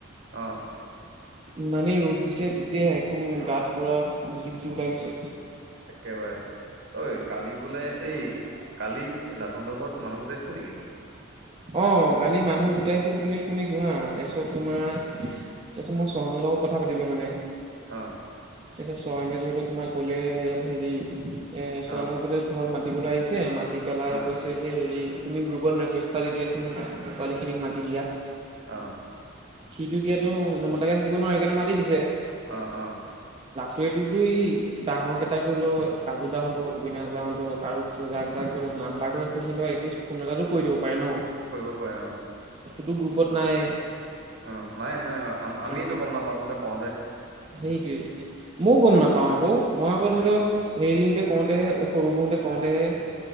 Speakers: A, on the right; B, on the right.
A: অঁ।
B: ইমানেই ৰ'দ দিছে গোটেইে একদম গাত পোৰা গুটি গুটি ওলাই গৈছে।
A: একেবাৰে। ঐ কালি বোলে এই কালি লাটুনড ঘৰত মানুহ গোটাইছিল নেকি?
B: অ গালি মানুহ গোটাইছিল বুলি শুনিছো হা তাৰপিছত তোমাৰ মই চয়নৰ লগত কথা পাতিলো মানে।
A: অ
B: তাৰপিছত চয়নে ধৰি লও তোমাৰ কলে এ হেৰি এ চয়নক
A: অ
B: বোট ঘৰত মাতিবলৈ আহিছে মা মাতি পেলাই
A: অ
B: কৈছে যে হেৰি তুমি গ্ৰুপত মেছেজ এটা দি দিয়াচোন পোৱালীখিনিক মাতি দিয়া।
A: আহ।
B: সিটো দিয়াতো নমতাকে থাকিব নোৱাৰে সেইকাৰণে মাতি দি
A: আহ আহ।
B: ত এইটোতই ডাঙৰ কেইটাক ধৰি লও কাজু দাহঁতক অবিনা দাহঁতক আৰু জাক জাক ধৰি লও। নাম্বাৰটো আছে কিন্তু এটলিষ্ট ফোন এটাটো কৰি দিব পাৰে ন।
A: কৰিব পাৰে অ।
B: তো গ্ৰুপত নাই।
A: উ নাই নাই আমি
B: অ
A: এইটো গম নাপাওঁ আপ
B: সেইটোৱে মই গম নাপ পাওঁ আকৌ মই আকৌ
A: উম
B: ধৰি লও হেৰিওঁতে কওঁতেহে সৰুবোৰতে কওঁতেহে